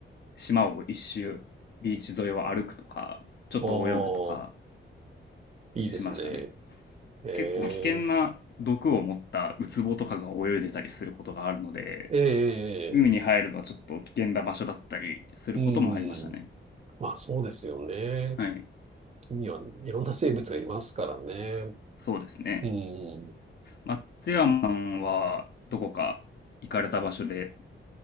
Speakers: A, on the left; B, on the right.
A: 島を一周、ビーチ沿いを歩くとか、ちょっと泳ぐとか
B: ああ、いいですね。
A: しましたね。
B: ええ、
A: 結構危険な毒を持ったウツボとかが泳いでたりすることがあるので、
B: ええ、
A: 海に入るのはちょっと危険な場所だったりすることもありましたね。
B: うん。まあそうですよね。
A: はい。
B: 海にはいろんな生物がいますからね。
A: そうですね。
B: うん。
A: 松山はどこか行かれた場所で、